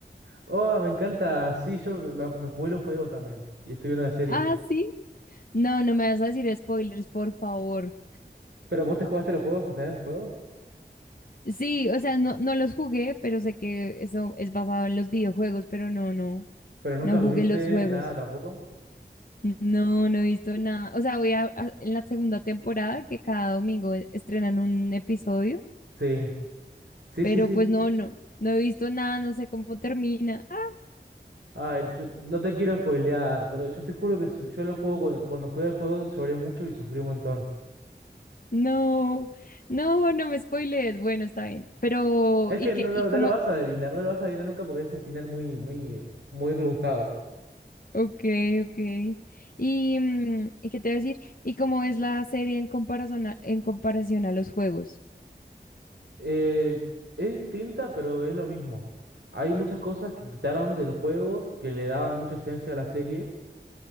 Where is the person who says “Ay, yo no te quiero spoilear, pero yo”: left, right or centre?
Right